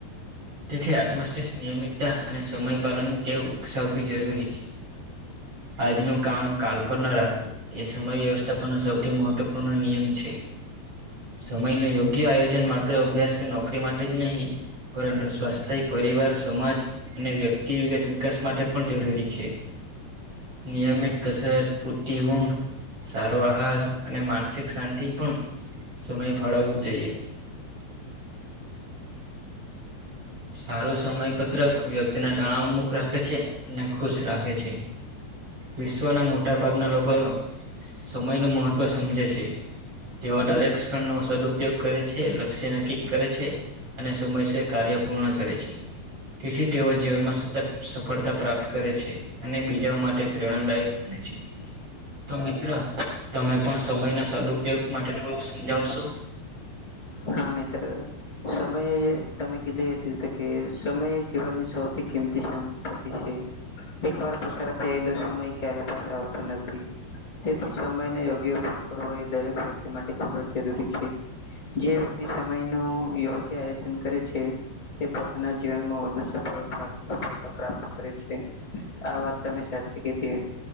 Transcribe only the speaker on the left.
હા મિતિત્ર સમયે તમે કીધી હતી તો કે સમય જીવનની સૌથી કિંમતી સંપત્તિ છે એક વાર પ થયેલો સમય ક્યારે પાસે આવતોું નથી તેથી સમયનો યોગ્ય ઉપયોગ કરવો એ દરેક વ્યક્તિ માટે ખૂબ જ જરૂરી છે જે વ્યક્તિ સમય ન યોગ્ય આયોજન કરે છે તે પોતાના જીવનમાં વધુ સફળતા પ્રાપ્ત કરે છે આ વાત તમે સાચી કેથી